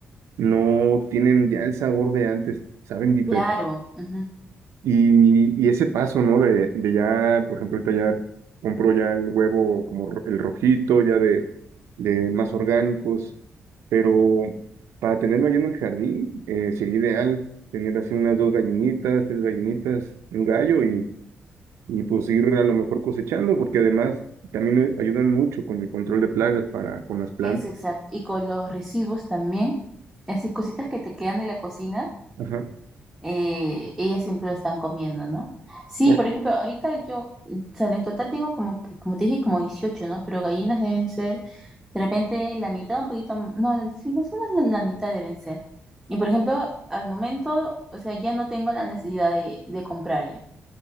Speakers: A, on the right (about 85°); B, in the centre.
A: no tienen ya el sabor de antes, saben diferente.
B: Claro, ujú,
A: Y, y ese paso, ¿no? De, de ya, por ejemplo, ahorita ya compro ya el huevo como ro- el rojito, ya de, de más orgánicos, pero para tenerlo allí en el jardín eh, sería ideal tener así unas dos gallinitas, tres gallinitas, un gallo y, y pues ir a lo mejor cosechando, porque además también ayudan mucho con el control de plagas para con las plantas.
B: Eso exacto. Y con los residuos también, así cositas que te quedan de la cocina
A: Ajá.
B: eh, ellas siempre lo están comiendo, ¿no? Sí,
A: Oh,
B: por ejemplo, ahorita yo, eh, o sea, en total tengo como que, como te dije, como 18, ¿no? Pero gallinas deben ser, de repente, la mitad, un poquito, m- no, la- sí, más o menos la, la mitad deben ser. Y por ejemplo, al momento, o sea, ya no tengo la necesidad de, de comprar ya. O